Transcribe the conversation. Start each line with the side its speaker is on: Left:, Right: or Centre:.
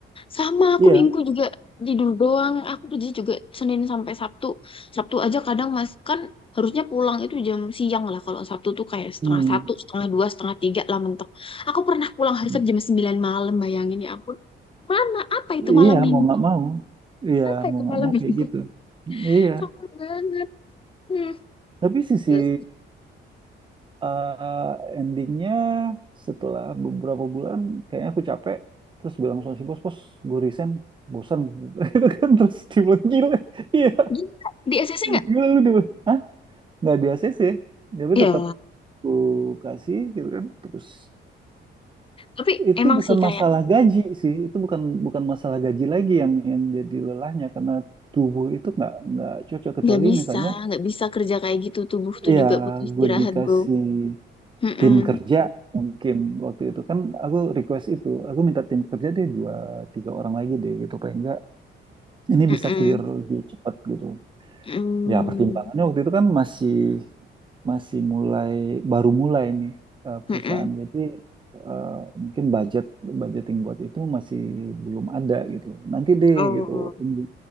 Left: sama aku
Right: Iya.
Left: minggu juga tidur doang. Aku kerja juga Senin sampai Sabtu. Sabtu aja kadang masih kan harusnya pulang itu jam siang lah. Kalau Sabtu tuh kayak setengah
Right: Hmm.
Left: satu, setengah dua, setengah tiga lah mentok. Aku pernah pulang hari
Right: Hmm.
Left: Sabtu jam 9 malam, bayangin ya ampun. Mana? Apa itu
Right: Iya,
Left: malam minggu?
Right: mau nggak mau. Iya,
Left: Apa
Right: mau
Left: itu
Right: nggak
Left: malam
Right: mau
Left: minggu?
Right: kayak gitu.
Left: <laughs>
Right: Iya,
Left: Capek banget. Hmm.
Right: tapi sisi
Left: terus
Right: eh, endingnya setelah beberapa bulan kayaknya aku capek. Terus bilang sama si bos, bos, gue resign, bosan. <laughs> Itu kan terus dia bilang, gila, iya,
Left: Gila, di SSC nggak?
Right: gila lu dia bilang, hah? Nggak di ACC, tapi
Left: Ya,
Right: tetap aku kasih gitu kan. Terus
Left: tapi
Right: itu
Left: emang
Right: bukan
Left: sih kayak
Right: masalah gaji sih itu bukan bukan masalah gaji lagi yang yang jadi lelahnya karena tubuh itu nggak nggak cocok kecuali
Left: nggak bisa,
Right: misalnya
Left: nggak bisa kerja kayak gitu. Tubuh tuh
Right: ya
Left: juga butuh istirahat,
Right: gue dikasih
Left: bro. Mm-mm.
Right: tim kerja mungkin waktu itu kan aku request itu aku minta tim kerja deh dua tiga orang lagi deh gitu paling enggak ini
Left: Mm-mm.
Right: bisa clear lebih cepat gitu
Left: Mm.
Right: Ya, pertimbangannya waktu itu kan masih masih mulai baru mulai nih eh, perusahaan.
Left: Mm-mm.
Right: Jadi eh, mungkin budget budgeting buat itu masih belum ada gitu loh. Nanti deh
Left: Oh.
Right: gitu loh. Tunggu